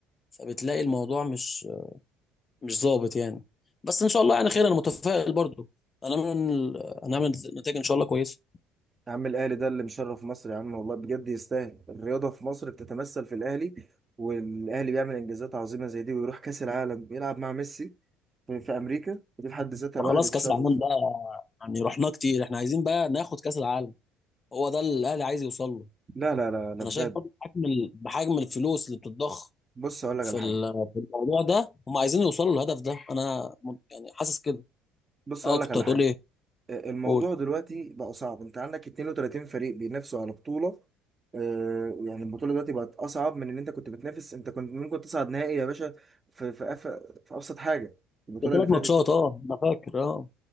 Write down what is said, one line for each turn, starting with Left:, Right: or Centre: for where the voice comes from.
Left: فبتلاقي الموضوع مش مش ظابط يعني بس ان شاء الله يعني خير انا متفائل برضو هنعمل هنعمل نتائج ان شاء الله كويسه
Right: يا عم الاهلي ده اللي مشرف مصر يا عم والله بجد يستاهل الرياضه في مصر بتتمثل في الاهلي والاهلي بيعمل انجازات عظيمه زي دي ويروح كاس العالم يلعب مع ميسي في في امريكا دي في حد ذاتها
Left: ما
Right: الواحد
Left: خلاص
Right: يتشرف
Left: كاس العالم ده يعني رحناه كتير احنا عايزين بقى ناخد كاس العالم هو ده اللي الاهلي عايز يوصل له
Right: لا لا لا لباد
Left: انا شايف برضو بحجم ال- بحجم الفلوس اللي بتتضخ
Right: بص اقول لك
Left: في
Right: على حاجه
Left: ال- في الموضوع ده هم عايزين يوصلوا للهدف ده انا م- يعني حاسس كده
Right: بص
Left: اه
Right: اقول
Left: كنت
Right: لك على
Left: هتقول
Right: حاجه
Left: ايه
Right: آه، الموضوع
Left: قول
Right: دلوقتي بقى صعب انت عندك 32 فريق بينافسوا على بطولة آه، يعني البطولة دلوقتي بقت أصعب من إن أنت كنت بتنافس أنت كنت ممكن تصعد نهائي يا باشا في في, أف... في أبسط حاجة البطولة
Left: ثلاث
Right: اللي فاتت
Left: ماتشات
Right: دي
Left: اه انا فاكر اه